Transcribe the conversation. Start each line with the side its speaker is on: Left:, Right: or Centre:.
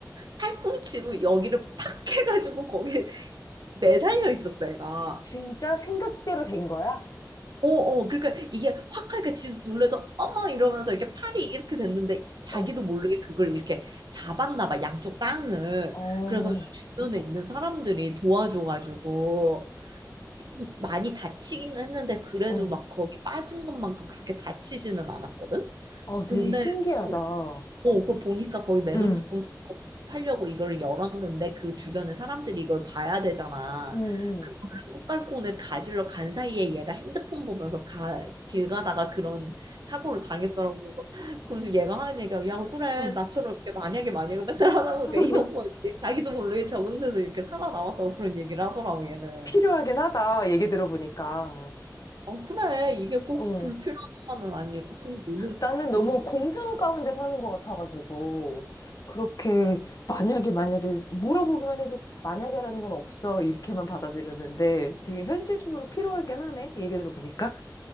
Right: 팔꿈치로 여기를 팍 해가지고 거기에 매달려 있었어 얘가.
Left: 진짜 생각대로 된 거야?
Right: 어, 어, 그러니까 이게 확 하니까 지도 놀라서 어머 이러면서 이렇게 팔이 이렇게 됐는데 자기도
Left: 어,
Right: 모르게 그걸 이렇게 잡았나 봐, 양쪽 땅을.
Left: 어, 어.
Right: 그래가지고 주변에 있는 사람들이 도와줘가지고 조금 많이 다치기는 했는데 그래도
Left: 어,
Right: 막 거기 빠진 것만큼 그렇게 다치지는 않았거든?
Left: 아,
Right: 근데
Left: 되게 신기하다.
Right: 뭐 어, 그거 보니까 거기 맨홀
Left: 응,
Right: 뚜껑 팔려고 이걸 열었는데 그 주변에 사람들이 이걸 봐야 되잖아.
Left: 응,
Right: 그거를
Left: 응.
Right: 꽃갈콘을 가지러 간 사이에 얘가 핸드폰 보면서 가, 길 가다가 그런 사고를 당했더라고. 그래서 얘가 하는 얘기가 야, 그래.
Left: 응,
Right: 나처럼 이렇게 만약에 만약에 맨날 하다 보니까
Left: <laughs>
Right: 이런 거였 자기도 모르게 적응돼서 이렇게 살아남았다고 그런 얘기를 하더라고 얘는.
Left: 필요하긴 하다. 얘기 들어보니까.
Right: 어, 그래. 이게 꼭
Left: 응,
Right: 불필요한 건 아니니까. 그럼 너는
Left: 나는 너무 공상 가운데 사는 것 같아가지고, 그렇게, 만약에, 만약에, 물어보기만 해도, 만약에라는 건 없어. 이렇게만 받아들였는데, 되게 현실적으로 필요하긴 하네. 얘기 들어보니까.